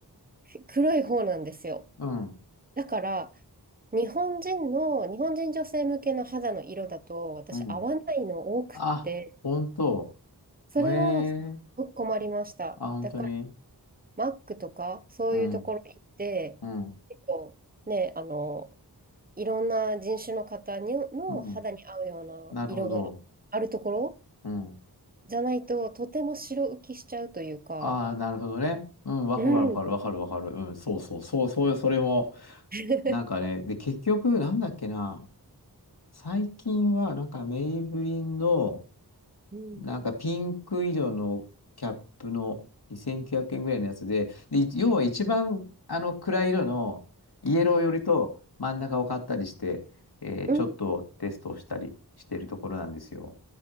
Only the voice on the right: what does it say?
ひ黒い方なんですよ。
だから、日本人の、日本人女性向けの肌の色だと、私合わないの多くって、
それはすっごく困りました。
だから、マックとか、そういうところ行って、
結構ね、あの、いろんな人種の方にの肌に合うような色があるところ
じゃないと、とても白浮きしちゃうというか、
うん。
<laughs>
うん。
うん